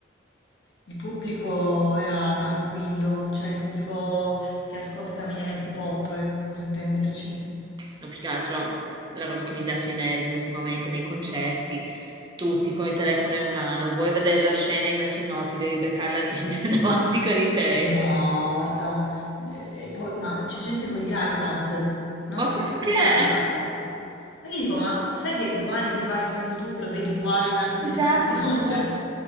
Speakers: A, on the left; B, on the right.
A: Il pubblico era tranquillo, cioè il pubblico che ascolta mediamente pop, ecco, per intenderci.
B: No, più che altro la roba che mi dà sui nervi ultimamente dei concerti, tutti con il telefono in mano, vuoi vedere la scena, invece no, ti devi beccare la gente <laughs> davanti con il telefono.
A: No, guarda, eh, e poi, ma c'è gente con gli iPad, non
B: Ma perché?
A: col te- con l'iPad. Ma io dico, ma sai che domani se vai su YouTube lo vedi uguale in alta definizione?
B: Esatto,
A: <laughs> Cioè,